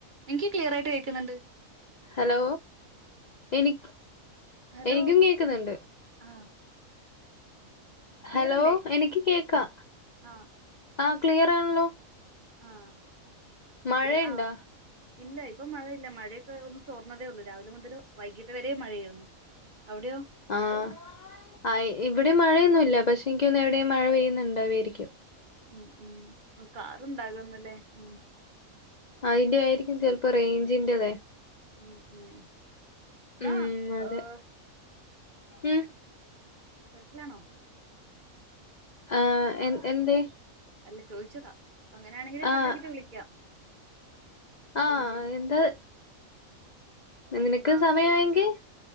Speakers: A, on the right; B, on the left.
A: നിൻക്ക് ക്ലിയർ ആയിട്ട് കേക്ക്ന്ന്ണ്ട്.
B: ഹലോ എനി
A: ഹലോ
B: എനിക്കും കേക്ക്ന്ന്‌ണ്ട്.
A: ആഹ് ക്ലിയറല്ലേ
B: ഹലോ എനിക്ക് കേക്കാ.
A: ആഹ്
B: ആഹ് ക്ലിയറാണല്ലോ.
A: ആഹ്
B: മഴയുണ്ടാ
A: ഇ ആഹ് ഇല്ല ഇപ്പൊ മഴയില്ല മഴയൊക്കെ ഒന്ന് തോർന്നതേ ഒള്ളൂ രാവിലെ മുതല് വൈകീട്ട് വരേ മഴയേര്ന്നു. അവിടെയോ
B: ആഹ് ആഹ് ഇവിടിം മഴയൊന്നുല്ല പക്ഷെ ഇൻക്കിന്നെവിടിം മഴ പെയ്യ്ന്ന് ണ്ടാവരിക്കും.
A: ഉം ഉം ഇപ്പൊ കാറുണ്ടാകുന്ന് ല്ലേ ഉം.
B: അയിന്റെ ആയിരിക്കും ചെലപ്പൊ റെയ്ഞ്ചിന്റെതെ
A: ഉം ഉം എന്നാ
B: ഉം അതെ
A: ഏഹ്
B: ഉം.
A: തെരക്ക്ലാണൊ.
B: ആഹ് എൻ എന്തെ.
A: അല്ല ചോയ്ച്ചതാ അങ്ങനെ ആണെങ്കിൽ
B: ആഹ്
A: കട്ടാക്കീട്ട് വിളിക്കാം
B: ആഹ്
A: റേഞ്ചിന്
B: എന്താ നിനക്ക്
A: ആഹ്
B: സമയായെങ്കി